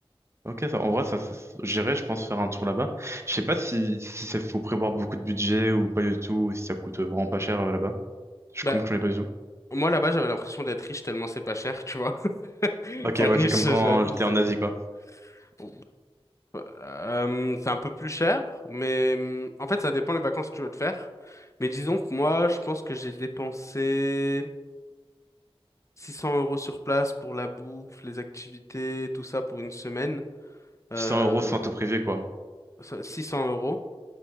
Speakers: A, on the right; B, on the left.
A: Ok, ça, en vrai, ça, ça- j'irais, je pense, faire un tour là-bas. Je sais pas si, si ça faut prévoir beaucoup de budget ou pas du tout, ou si ça coûte euh, vraiment pas cher euh, là-bas. Je
B: Bah,
A: comme que j'en ai pas du tout.
B: moi, là-bas, j'avais l'impression d'être riche tellement c'est pas cher, tu vois. <laughs>
A: Ok,
B: Enfin,
A: ouais,
B: riche,
A: c'est comme quand
B: j'abuse.
A: j'étais en
B: mais-
A: Asie, quoi.
B: Bon, bah, euh, c'est un peu plus cher, mais hum, en fait, ça dépend les vacances que tu veux te faire. Mais disons que moi, je pense que j'ai dépensé 600 euros sur place pour la bouffe, les activités, tout ça pour une semaine. Euh,
A: 600 euros sans auto privé, quoi.
B: ça- 600 euros.